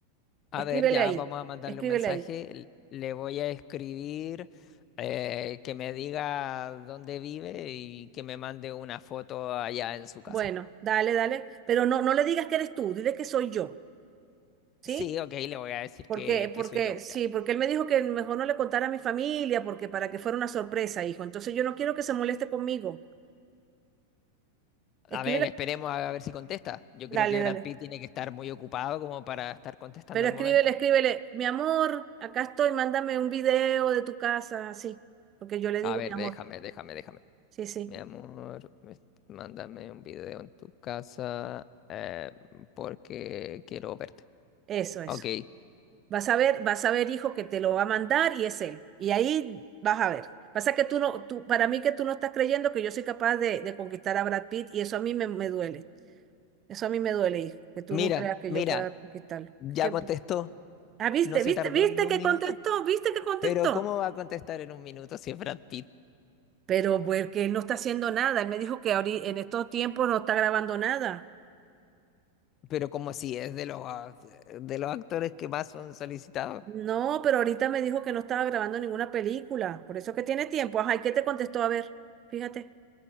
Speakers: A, on the left; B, on the right.
A: A
B: Escríbele
A: ver, ya
B: ahí,
A: vamos a mandarle
B: escríbele
A: un mensaje.
B: ahí.
A: l- Le voy a escribir eh, que me diga dónde vive y que me mande una foto allá en su casa.
B: Bueno, dale, dale, pero no, no le digas que eres tú, dile que soy yo, ¿sí?
A: Sí, ok, le voy a decir
B: Porque,
A: que,
B: porque,
A: que soy yo.
B: sí,
A: ya.
B: porque él me dijo que mejor no le contara a mi familia, porque para que fuera una sorpresa, hijo. Entonces yo no quiero que se moleste conmigo.
A: A
B: Escríbele,
A: ver, esperemos a ver si contesta. Yo
B: dale,
A: creo que Brad
B: dale.
A: Pitt tiene que estar muy ocupado como para estar contestando
B: Pero
A: al
B: escríbele,
A: momento.
B: escríbele, mi amor, acá estoy, mándame un video de tu casa, así, porque yo le digo
A: A ver,
B: mi amor.
A: déjame, déjame, déjame.
B: Sí, sí,
A: Mi amor, me- mándame un video en tu casa eh, porque quiero verte.
B: eso, eso.
A: Ok,
B: Vas a ver, vas a ver, hijo, que te lo va a mandar y es él. Y ahí vas a ver. Pasa que tú no, tú, para mí que tú no estás creyendo que yo soy capaz de, de conquistar a Brad Pitt y eso a mí me, me duele. Eso a mí me duele, hijo, que tú
A: mira,
B: no creas que
A: mira,
B: yo pueda conquistarlo.
A: ya
B: Que-
A: contestó.
B: ah, viste,
A: No se
B: viste,
A: tardó
B: viste
A: ni un
B: que
A: minuto.
B: contestó, viste que contestó.
A: Pero ¿cómo va a contestar en un minuto si es Brad Pitt?
B: Pero porque él no está haciendo nada. Él me dijo que ahorita, en estos tiempos no está grabando nada.
A: Pero como si es de los, ah, de los actores que más son solicitados.
B: No, pero ahorita me dijo que no estaba grabando ninguna película. Por eso que tiene tiempo. Ajá, ¿y qué te contestó? A ver, fíjate.